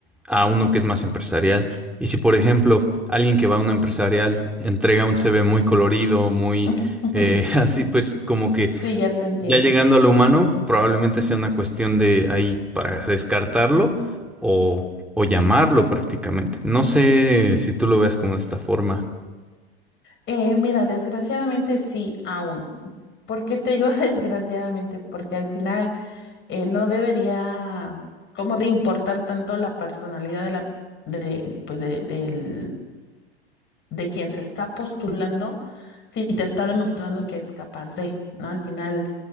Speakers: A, in the centre; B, on the left.
A: a uno que es más empresarial. Y si, por ejemplo, alguien que va a una empresarial entrega un CV muy colorido, muy
B: <laughs>
A: eh, <laughs> así, pues como que
B: Sí, ya te entiendo.
A: ya llegando a lo humano, probablemente sea una cuestión de ahí para descartarlo o, o llamarlo prácticamente. No sé si tú lo veas como de esta forma.
B: Eh, mira, desgraciadamente sí, aún. ¿Por qué te digo <laughs> desgraciadamente? Porque al final eh, no debería como de importar tanto la personalidad de la de, pues de, del- de quien se está postulando si te está demostrando que es capaz de, ¿no? Al final,